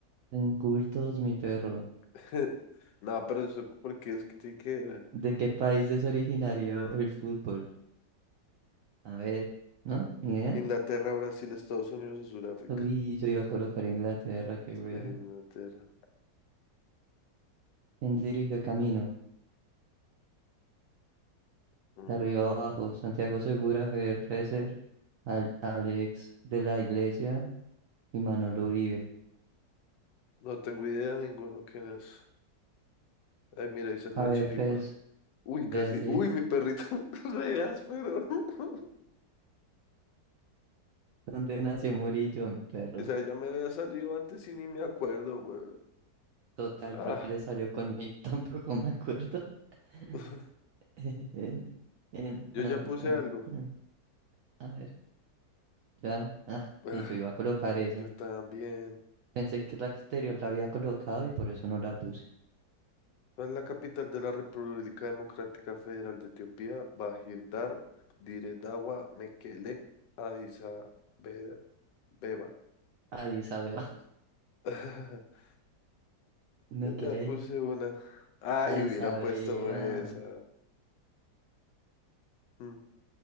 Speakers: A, on the right; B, on the left.
A: Re incultos, mi perro.
B: <laughs> No, pero eso porque es que tiene que
A: ¿De qué país es originario el fútbol? A ver, ¿no? ¿Ni idea?
B: Inglaterra, Brasil, Estados Unidos o Sudáfrica.
A: Uy, yo iba a colocar Inglaterra, qué
B: Sí,
A: wea.
B: Inglaterra.
A: ¿Quién dirigió Camino?
B: Mm,
A: De arriba abajo, Santiago Segura, Javier Freser, Al- Alex de la Iglesia. y Manolo Uribe.
B: No tengo idea de ninguno quién es. Ay, mira, ahí salió
A: A
B: de
A: ver,
B: Chiripa.
A: Fres,
B: Uy,
A: ve
B: casi.
A: así
B: Uy,
A: es.
B: mi perrito. <laughs> Re áspero. <laughs>
A: ¿Dónde nació Murillo, mi perro?
B: Esa ya me había salido antes y ni me acuerdo, güey.
A: Total,
B: Ah,
A: creo que le salió conmigo, <laughs> tampoco me acuerdo. <laughs>
B: <laughs>
A: En- en-
B: yo
A: ah,
B: ya puse
A: ah,
B: algo.
A: ah. A ver, ya. Ah,
B: Ah,
A: y yo iba a colocar esa.
B: yo también.
A: Pensé que la exterior la había colocado y por eso no la puse.
B: ¿Cuál es la capital de la República Democrática Federal de Etiopía? Bahirdar, Diredawa, Mekele, Addis Abe- Beba.
A: Addis Abeba.
B: <laughs>
A: <laughs>
B: Yo
A: Me quedé.
B: ya puse una. Ay,
A: Addis
B: hubiera
A: Abeba.
B: puesto esa. Mm.